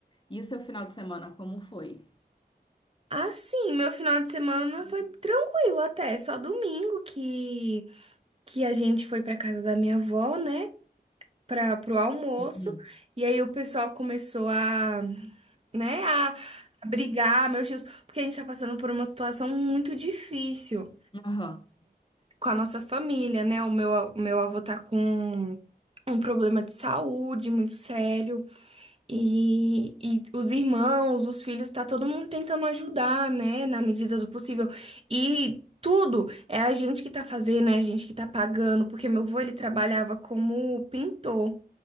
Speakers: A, on the left (about 30°); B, on the right (about 35°).
A: E o seu final de semana, como foi?
B: Ah, sim, meu final de semana foi tranquilo até, só domingo que que a gente foi pra casa da minha avó, né, para pro almoço,
A: Uhum.
B: e aí o pessoal começou a, né, a a brigar, meus tios, porque a gente tá passando por uma situação muito difícil.
A: Aham,
B: com a nossa família, né? O meu, a- o meu avô tá com um problema de saúde muito sério e, e os irmãos, os filhos, tá todo mundo tentando ajudar, né? Na medida do possível. E tudo é a gente que tá fazendo, é a gente que tá pagando, porque meu avô ele trabalhava como pintor.